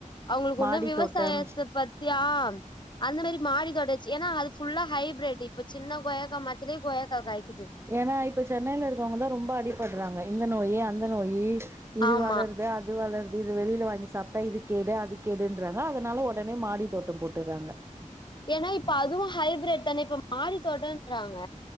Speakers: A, on the left (about 35°); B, on the right (about 20°).
A: அவுங்களுக்கு
B: மாடி
A: உன்னு விவசாயத்த
B: தோட்டம்
A: பத் <unintelligible> ஆம் அந்த மாதிரி மாடி தோட்டச்சு ஏனா அது ஃபுல்லா ஹைப்ரெட் இப்ப சின்ன கொயக்கா மரத்திலே கொய்யாக்கா காய்க்
B: ஏனா இப்ப சென்னைல இருக்கவங்க தா ரொம்ப அடிபடுறாங்க இந்த நோய் அந்த நோயி இது
A: ஆமா
B: வளர்து அது வளர் இது வெளியல வாங்கி சாப்ட்டா இது கேடு அது கேடுன்றங் தா அதனால உடனே மாடி தோட்டம் போட் பேராங்க
A: ஏனா இப்ப அதுவு ஹைபிரட் தானே இப்ப மாடித்தோட்டன்றாங்க